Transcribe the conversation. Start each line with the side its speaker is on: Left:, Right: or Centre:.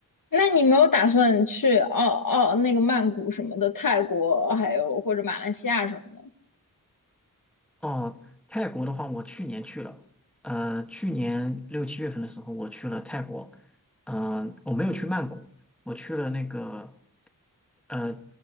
Left: 那你没有打算去澳澳那个曼谷什么的，泰国还有或者马来西亚什么的？
Centre: 哦，泰国的话，我去年去了，呃，去年六七月份的时候，我去了泰国，嗯、我没有去曼谷，我去了那个，呃，